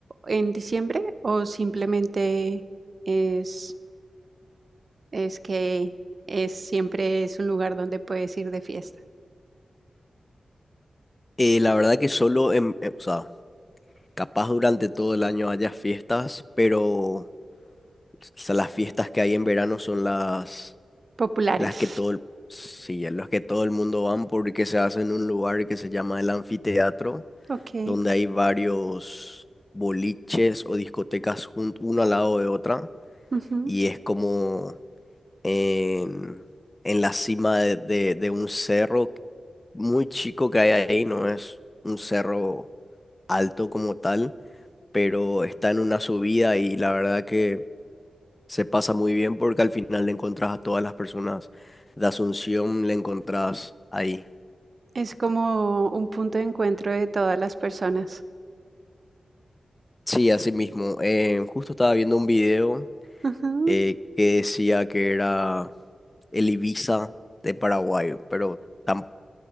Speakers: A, on the right; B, on the left.
A: en diciembre o simplemente es, es que es, siempre es un lugar donde puedes ir de fiesta?
B: Eh, la verdad que solo, en, eh, o sea, capaz durante todo el año haya fiestas, pero s- las fiestas que hay en verano son las,
A: Populares.
B: las que todo el, sí, las que todo el mundo van porque se hace en un lugar que se llama el anfiteatro
A: Ok.
B: donde hay varios boliches o discotecas jun- una al lado de otra
A: ujú.
B: y es como en, en la cima de, de- de un cerro muy chico que hay ahí, no es un cerro alto como tal, pero está en una subida y la verdad que se pasa muy bien porque al final le encontrás a todas las personas de Asunción, le encontrás ahí.
A: Es como un punto de encuentro de todas las personas.
B: Sí, así mismo. Eh, justo estaba viendo un video
A: Ujú,
B: eh, que decía que era el Ibiza de Paraguay, pero tam-